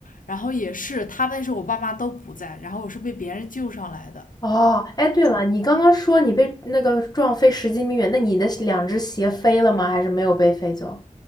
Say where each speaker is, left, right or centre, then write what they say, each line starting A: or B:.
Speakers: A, on the left; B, on the left.
A: 然后也是，他们那时候我爸妈都不在，然后我是被别人救上来的。
B: 哦，哎，对了，你刚刚说你被那个撞飞十几米远，那你的两只鞋飞了吗？还是没有被飞走？